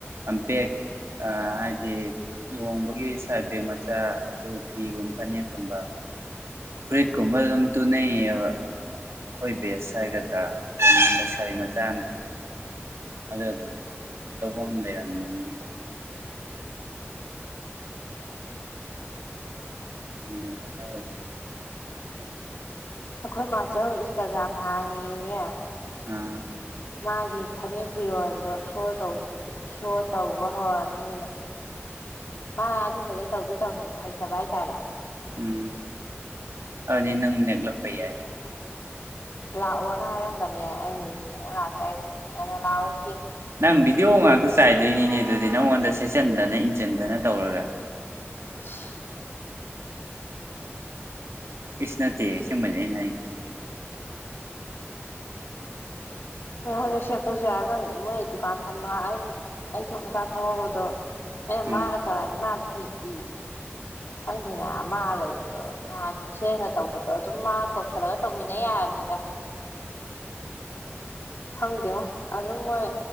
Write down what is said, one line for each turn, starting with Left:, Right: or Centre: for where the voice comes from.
Right: ꯕꯦꯛ ꯍꯥꯏꯗꯤ ꯂꯨꯍꯣꯡꯕꯒꯤ ꯁꯥꯏꯠ ꯕꯦꯛ ꯃꯆꯥ ꯑꯗꯨꯒ ꯐꯤꯒꯨꯝ ꯐꯅꯦꯛꯀꯨꯝꯕ ꯐꯨꯔꯤꯠꯀꯨꯝꯕ ꯑꯗꯨꯝ ꯇꯨꯅꯩꯕ ꯑꯩꯈꯣꯏ ꯕꯦꯁ ꯍꯥꯏꯒꯗ꯭ꯔꯥ ꯑꯗꯨꯝ ꯂꯩꯁꯥꯕꯤ ꯃꯆꯥꯅ ꯑꯗꯨ ꯑꯗꯨꯝ ꯂꯧꯕꯝ ꯂꯩꯔꯝꯅꯤꯕ ꯖꯤ ꯃꯦꯜ ꯗ꯭ꯔꯀꯥꯔ ꯑꯣꯏꯁ
Left: ꯑꯩꯈꯣꯏ ꯃꯥꯆꯧ ꯏꯟꯁꯇꯥꯒ꯭ꯔꯥꯝ ꯍꯥꯡꯉꯦꯌꯦ
Right: ꯑꯥ
Left: ꯃꯥꯒꯤ ꯐꯅꯦꯛ ꯐꯤꯔꯣꯜꯗꯣ ꯁꯣ ꯇꯧ ꯁꯣ ꯇꯧꯕ ꯍꯧꯔꯅꯤꯅ ꯃꯥ ꯑꯗꯨꯝꯕꯗꯤ ꯇꯧꯗꯤ ꯇꯧꯅꯤꯡꯕ ꯍꯩꯇꯕ ꯍꯥꯏꯇꯥꯔꯦ
Right: ꯎꯝ ꯑꯗꯨꯗꯤꯅꯪ ꯅꯦꯛꯂꯛꯄ ꯌꯥꯏ
Left: ꯂꯥꯛꯑꯣꯅ ꯍꯥꯏꯔꯝꯕꯅꯦ ꯑꯩꯅ ꯌꯦꯡꯉ ꯂꯥꯛꯀꯦ ꯍꯥꯏꯒꯤꯅꯦ ꯂꯥꯛꯑꯣꯁꯤ
Right: ꯅꯪꯕꯤꯗꯤꯑꯣ ꯉꯥꯛꯇ ꯆꯥꯏꯗꯣꯏꯅꯤꯅꯦ ꯑꯗꯨꯗꯤ ꯅꯪꯉꯣꯟꯗ ꯁꯦꯠꯆꯤꯟꯗꯅ ꯏꯟꯁꯤꯟꯗꯅ ꯇꯧꯔꯒ
Left: ꯑꯁ
Right: ꯏꯁꯅꯠꯇꯦ ꯑꯁꯦꯕꯅꯦ ꯑꯩ ꯍꯥꯏꯁꯦ
Left: ꯍꯣꯏꯗ ꯁꯦꯠꯄꯁꯨ ꯌꯥꯏ ꯑꯃ ꯃꯣꯏ ꯗꯨꯀꯥꯟ ꯐꯝꯕ ꯑꯩ ꯑꯩ ꯇꯣꯛꯈ꯭ꯔꯀꯥꯟ ꯐꯝꯍꯧꯕꯗꯣ ꯑꯩꯒ
Right: ꯎꯝ
Left: ꯃꯥꯒ ꯇꯧꯔꯗꯤ ꯃꯥ ꯍꯩꯇꯦꯌꯦ ꯈꯪꯗꯦꯅ ꯃꯥ ꯂꯩꯕꯔꯣ ꯅꯍꯥꯟ ꯏꯆꯦꯅ ꯇꯧꯕꯗꯣ ꯑꯗꯨꯝ ꯃꯥ ꯀꯧꯁꯜꯂꯒ ꯇꯧꯃꯤꯟꯅ ꯌꯥꯏꯕꯅꯤꯗ ꯈꯪꯗꯦ ꯉꯣ ꯑꯗꯨꯝ ꯃꯣꯏ